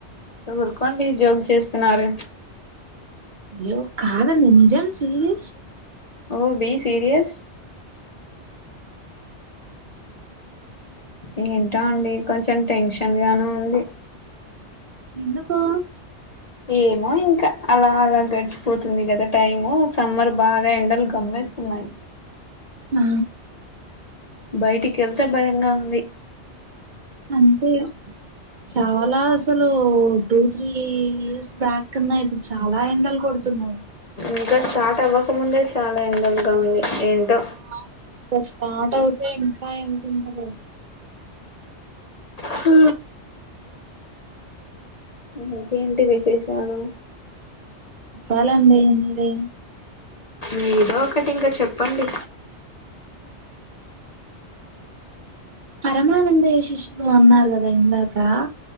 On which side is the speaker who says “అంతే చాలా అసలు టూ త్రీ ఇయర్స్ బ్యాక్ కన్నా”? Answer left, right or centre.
Right